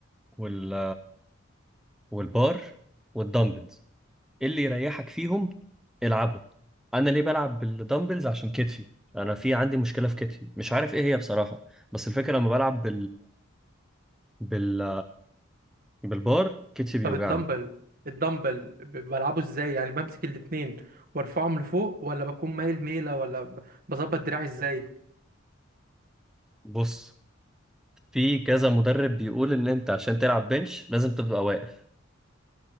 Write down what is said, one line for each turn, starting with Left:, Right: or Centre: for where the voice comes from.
Centre: وال والبار والدمبلز اللي يريحك فيهم العبه انا ليه بلعب بالدمبلز عشان كتفي انا في عندي مشكله في كتفي مش عارف ايه هي بصراحه بس الفكره لما بلعب بال بالبار كتفي بيوجعني
Right: طب الدمبل الدمبل ب- بلعبه ازاي يعني بمسك الاتنين وارفعهم لفوق ولا بكون مايل ميلة ولا ب- بظبط دراعي ازاي
Centre: بص في كذا مدرب بيقول ان انت عشان تلعب بنش لازم تبقى واقف